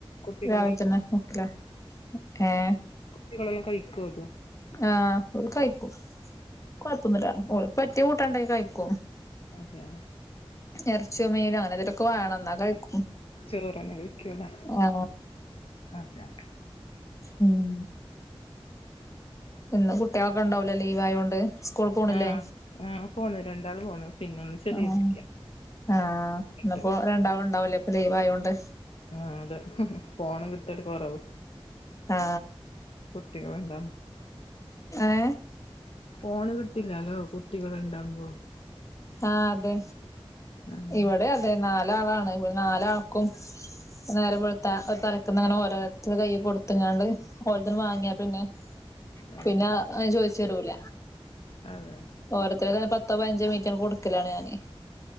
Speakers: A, on the left (about 70°); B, on the left (about 30°).
A: കുട്ടികള
B: രാവിൽതന്നെ <unintelligible> ലെ ഏഹ്
A: കുട്ടികളെല്ലാം കഴിക്കൊ ഇത്
B: ആഹ് ഓര് കഴ്ക്കും കൊഴപ്പൊന്നുല്ല ഓര്ക്ക് പറ്റിയ കൂട്ടാൻണ്ടെങ്കി കഴ്കും
A: അതെയ
B: എറച്ചിയോ മീനോ അങ്ങനെന്തേലൊക്കെ വേണം എന്നാ കഴിക്കും
A: ചോറന്നെ വെക്കോലെ
B: ആ
A: <unintelligible>
B: ഉം ഇന്ന് കുട്ടിയാളൊക്കെ ഇണ്ടാവൂലെ ലീവ് ആയോണ്ട് സ്കൂൾ പോണില്ലേ
A: ആഹ്- ആഹ് പോന്നു രണ്ടാള് പോന്നു പിന്നെ ഒന്ന് ചെറിയ
B: ആഹ്
A: കുട്ടിയ
B: ആഹ് ഇന്നിപ്പോ
A: എട്ട് മാസം
B: രണ്ടാളും ഉണ്ടാവൂലേ അപ്പൊ ലീവായൊണ്ട്
A: ആഹ് അതെ ഫോണ് കിട്ടല് കൊറവ്
B: ആ
A: കുട്ടികള്ണ്ടാന്നു
B: ഏ
A: ഫോണ് കിട്ടില്ലാലോ കുട്ടികളിണ്ടാവുമ്പോ
B: ആഹ് അതെ
A: ആഹ്
B: ഇവിടെ അതെ നാലാളാണ് ഓല് നാലാക്കും നേരം വെളത്താ തലക്കന്നങ്ങനെ ഓരോരുത്തര്ടെ കയി കൊടുത്തങ്ങാണ്ട് ഒരത്തന് വാങ്ങിയേ പിന്നെ
A: അതെ
B: പിന്നെ ചോയിച്ചരൂല
A: അതെ
B: ഓരോത്തര പത്തോ പാഞ്ചോ മിനിറ്റ് കൊടുക്കലാണ് ഞാന്